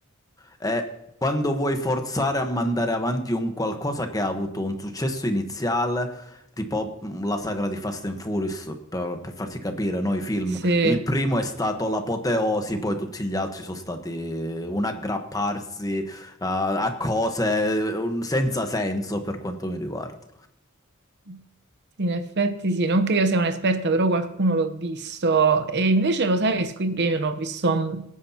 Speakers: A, on the left (about 15°); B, on the right (about 55°).
A: Eh, quando vuoi forzare a mandare avanti un qualcosa che ha avuto un successo iniziale, tipo mh, la sagra di Fast and Furious, per, per farti capire, no? I film.
B: Sì.
A: Il primo è stato l'apoteosi, poi tutti gli altri sono stati un aggrapparsi, eh, a cose eh, un- senza senso per quanto mi riguarda.
B: Sì, In effetti sì, non che io sia un'esperta, però qualcuno l'ho visto. E invece lo sai che Squid Game non ho visto mm,